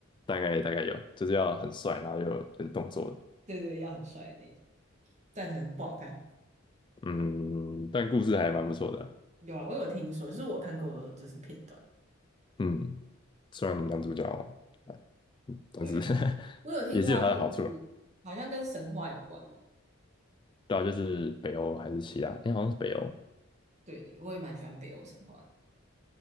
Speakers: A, on the left; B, on the right.
A: 大概大概有，就是要很帅，然后又有点动作的，
B: 对对，要很帅的那种。战神不好看，
A: 嗯，但故事还蛮不错的啊
B: 有啦，我有听说，就是我看过就是片段。
A: 嗯，虽然男主角，哎但是
B: 对啊，
A: <laughs>
B: 我有听说他故事好像跟神话有关嘛。
A: 也是有他的好处了。对啊，就是北欧还是希腊，哎，好像是北欧，
B: 对对，我也蛮喜欢北欧神话